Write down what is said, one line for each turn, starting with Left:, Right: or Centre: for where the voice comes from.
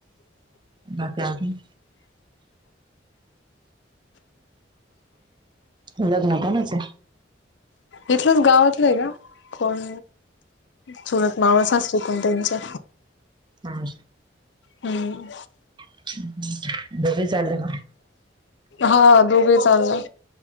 Right: <inaudible> बाकी अजून? <inaudible> लग्नं, कोणाचय?
Left: इथलंच. गावातलंय गं. कोण चुलत, मावस सासूकुण त्यांच्या.
Right: हम्.
Left: हम्म.
Right: हं, हं, हं. दोघेही चालले का?
Left: हा, दोगेही चालला.